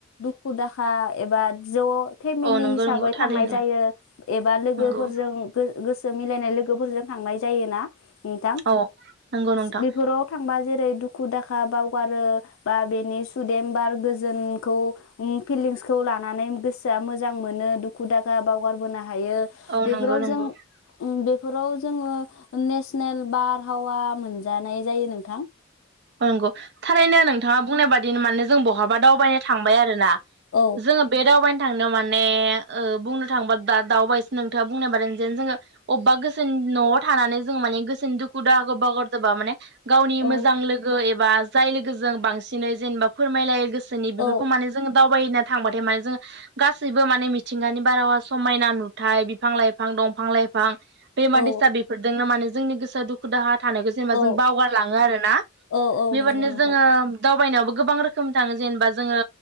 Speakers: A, on the left; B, on the right.
A: दुखु दाहा एबा ज फेमिलि
B: औ नंगौ
A: हिसाबै
B: नंगौ थारैनो
A: थांनाय जायो एबा लोगोफोरजों
B: नंगौ
A: गोसो मिलायनाय लोगोफोरजों थांनाय जायोना। नोंथां
B: औ नंगौ नोंथां
A: बेफोराव थांबा जेरै दुखु दाहा बावगारो बा बेनि सुदेम बार गोजोनखौ फिलिंसखौ लानानै गोसोआ मोजां मोनो दुखु दाखा बाव <unintelligible> हायो
B: औ
A: बेफोराव
B: नंगौ नंगौ
A: जों बे बेफोराव जोङो नेसनेल बारहावा मोनजानाय जायो नोंथां।
B: ओ नंगौ थारैनो नोंथाङा बुंनाय बादि दिनो माने जों बहाबा दावबायनो थांबाय आरो ना।
A: औ
B: जोङो बे दावबायनो थांनो माने, ओ बुंनो थांबा दा दावबायस नोंथाङा बुंनाय बा दा नोंजोंनो जोङो। अबेबा गोसोनि न'आव थानानै जों माने गोसोनि दुखु दाहाखौ बावगार जोबा माने गावनि
A: औ
B: मोजां लोगो। ओ एबा जाय लोगोजों बांसिनै जेनेबा फोरमायलायो गोसो सोनि
A: औ
B: बेफोरखौ माने जोङो। दावबायनो थांबाथाय माने जोङो गासैबो माने मिथिंगानि बारहावा समायना नुथाय बिफां लाइफां दंफां लाइफां दैमा
A: औ
B: दैसा बेफोरदोंनो माने जोंनि गोसोआ दुखु दाहा। थानायखौ जेनेबा
A: औ
B: जों बावगारलाङो आरोना।
A: औ औ
B: बेबादिनो
A: नंगौ नोंथां
B: जोङो। दावबायनायावबो गोबां रोखोम थाङो जेनेबा, जोङो